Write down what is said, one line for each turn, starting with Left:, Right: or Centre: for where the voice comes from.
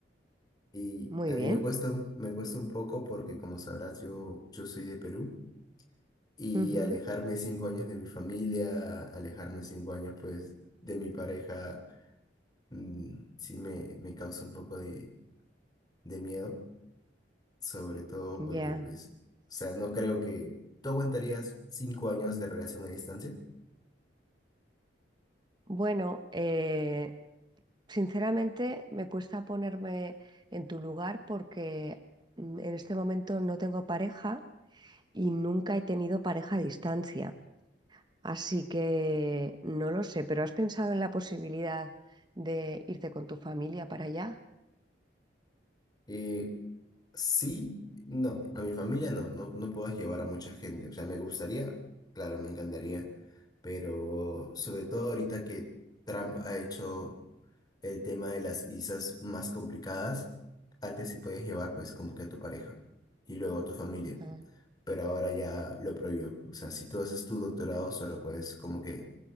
Left: Y
Right: Muy
Left: a
Right: bien.
Left: mí me cuesta, un- me cuesta un poco porque, como sabrás, yo, yo soy de Perú y
Right: ujú,
Left: alejarme cinco años de mi familia, alejarme cinco años, pues, de mi pareja, mm, sí me, me causa un poco de, de miedo. sobre todo
Right: Ya.
Left: porque, pues, o sea, no creo que tú aguantarías cinco años de relación a distancia.
Right: Bueno, eh, sinceramente me cuesta ponerme en tu lugar porque mm, en este momento no tengo pareja. y nunca he tenido pareja a distancia, así que no lo sé, pero ¿has pensado en la posibilidad de irte con tu familia para allá?
Left: Eh, sí, no, a mi familia no, no, no puedo llevar a mucha gente. O sea, me gustaría, claro, me encantaría, pero sobre todo ahorita que Trump ha hecho el tema de las visas más complicadas, antes sí podías llevar, pues, como que a tu pareja y luego a tu familia.
Right: Ah,
Left: Pero ahora ya lo prohibió. O sea, si tú haces tu doctorado, solo puedes como que